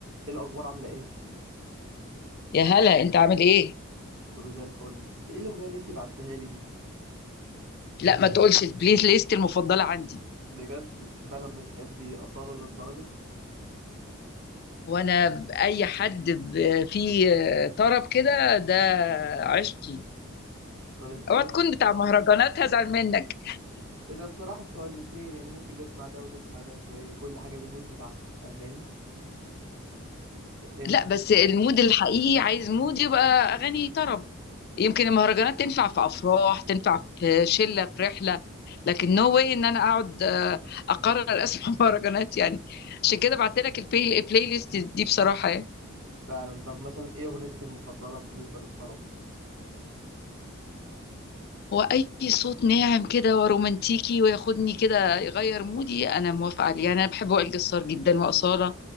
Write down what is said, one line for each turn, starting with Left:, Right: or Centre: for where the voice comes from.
Right: ايه الاخبار عامله ايه
Left: يا هلا انت عامل ايه
Right: كله زي الفل انت ايه الاغنيه اللي انت بعتها لي دي
Left: لا ما تقولش البلاي ليست المفضله عندي
Right: بجد انت فعلا بتحبي اصاله للدرجه
Left: وانا اي حد ب- فيه طرب كده ده عشقي
Right: طب انت ايه
Left: اوعى
Right: مثلا
Left: تكون بتاع مهرجانات هزعل منك
Right: ايه ده بصراحه بتوع الاتنين يعني ممكن نسمع ده ونسمع ده شويه كل حاجه بالمود بتاعها فاهماني انت
Left: لا بس المود الحقيقي عايز مود يبقى اغاني طرب يمكن المهرجانات تنفع في افراح تنفع في شله في رحله لكن نو واي ان انا اقعد آه، اقرر اسمع <laughs> مهرجانات يعني عشان كده بعت لك البلاي البلاي ليست دي بصراحه يعني
Right: فعلا طب مثلا ايه اغنيتك المفضله بالنسبه للطرب
Left: هو اي صوت ناعم كده ورومانتيكي وياخدني كده يغير مودي انا موافقه عليه يعني انا بحب وائل جسار جدا واصاله